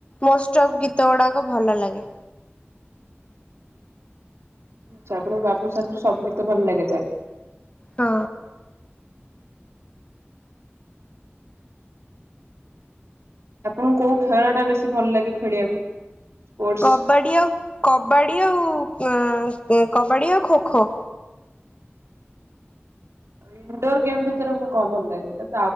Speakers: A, on the left; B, on the right.
A: ମୋଷ୍ଟ ଅଫ ଗୀତ ଗୁଡାକ ଭଲ ଲାଗେ।
B: <inaudible> ଆଛା ଆପଣଙ୍କୁ ବାବୁଶାନ୍ ଙ୍କୁ ସବୁ ଗୀତ ଭଲ ଲାଗେ ତାହାଲେ।
A: ହଁ।
B: ଆପଣଙ୍କୁ କୋଉ ଖେଳ ଟା ବେଶୀ ଭଲ ଲାଗେ ଖେଳିବାକୁ? ସ୍ପୋର୍ଟସ?
A: କବାଡି ଆଉ କବାଡି ଆଉ ଉଁ ଉଁ କବାଡି ଆଉ ଖୋ ଖୋ।
B: ଇଣ୍ଡୋର ଗେମ୍ ଭିତରେ କଣ ଭଲ ଲାଗେ ଗୋଟା?